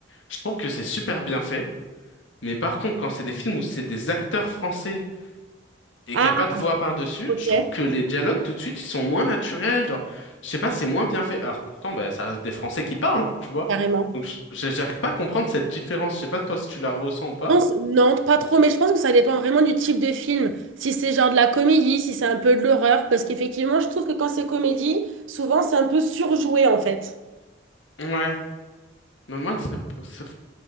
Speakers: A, on the left; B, on the right.
A: je trouve que c'est super bien fait. Mais par contre, quand c'est des films où c'est des acteurs français et
B: Ah,
A: qu'il n'y a pas de voix par-dessus,
B: ok,
A: je trouve que les dialogues, tout de suite, ils sont moins naturels. Genre, je sais pas, c'est moins bien fait. Alors pourtant, bah, ça reste des Français qui parlent, tu vois.
B: carrément.
A: Donc, je- j'arrive pas à comprendre cette différence. Je sais pas toi si tu la ressens ou pas.
B: pense- Non, pas trop, mais je pense que ça dépend vraiment du type de film. Si c'est genre de la comédie, si c'est un peu de l'horreur, parce qu'effectivement, je trouve que quand c'est comédie, souvent c'est un peu surjoué en fait.
A: Ouais. Mais moi, c'est... c'est-